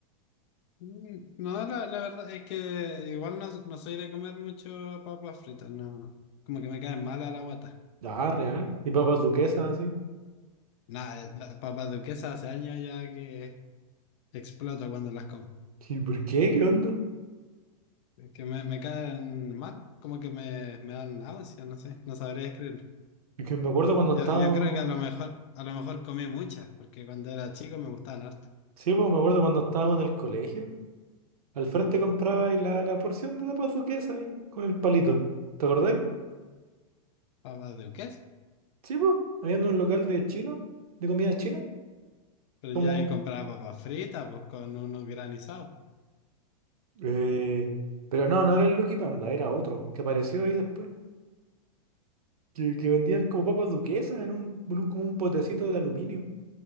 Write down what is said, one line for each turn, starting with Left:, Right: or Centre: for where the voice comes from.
Left: Mm, No, la, la verdad es que igual no, no soy de comer mucho papas fritas, no. Como que me caen mal a la guata.
Right: Ah, real. Y papas duquesas, así.
Left: Nada, eh, las papas duquesas hace años ya que exploto cuando las como.
Right: ¿Y por qué? ¿Qué onda?
Left: Es que me, me caen mal, como que me, me dan náuseas, no sé, no sabría escribirlo.
Right: Y que me acuerdo cuando
Left: Yo,
Right: estábamos...
Left: yo creo que a lo mejor, a lo mejor comí muchas, porque cuando era chico me gustaban harto
Right: Sí, pues me acuerdo cuando estábamos en el colegio. Al frente comprabais la, la porción de papas duquesa ahí con el palito. ¿Te acordáis?
Left: papas duquesas.
Right: Sí, pues. Había un local de chino, de comida china,
Left: Pero
Right: como...
Left: ya ahí compraba papas fritas, pues con unos granizados.
Right: eh, pero no, no era el Lucky Panda, era otro, que apareció ahí después. Que,
Left: Ok.
Right: que vendían como papas duquesas en un, en un- como un potecito de aluminio.